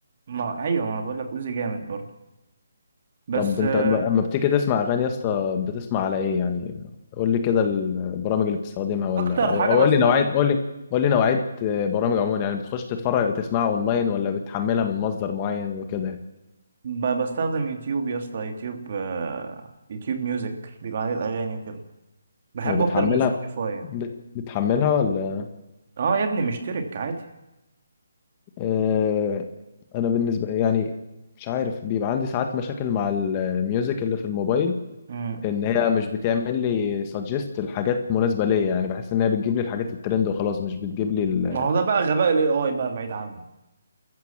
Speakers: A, on the right; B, on the left.
A: ما ايوه ما انا بقول لك اوزي جامد برضه بس
B: طب انت
A: آه،
B: لما لما بتيجي تسمع أغاني يا اسطى بتسمع على ايه يعني قول لي كده البرامج اللي بتستخدمها ولا
A: اكتر
B: أو
A: حاجة
B: أو
A: بس
B: قول لي نوعية قول لي قول لي نوعية آه، برامج عموما يعني بتخش تتفرج تسمعها اونلاين ولا بتحملها من مصدر معين وكده يعني
A: ب- بستخدم يوتيوب يا اسطى يوتيوب آه، يوتيوب ميوزك بيبقى عليه الاغاني وكده بحبه
B: وبتحملها
A: اكتر من سبوتيفاي يعني
B: بت- بتحملها ولا
A: اه يا ابني مشترك عادي
B: آه، انا بالنسبه يعني مش عارف بيبقى عندي ساعات مشاكل مع الميوزك اللي في الموبايل
A: مم.
B: ان هي مش بتعمل لي سجست الحاجات مناسبه ليا يعني بحس ان هي بتجيب لي الحاجات الترند وخلاص مش بتجيب لي ال...
A: ما هو ده بقى غباء الاي اي بقى بعيد عنه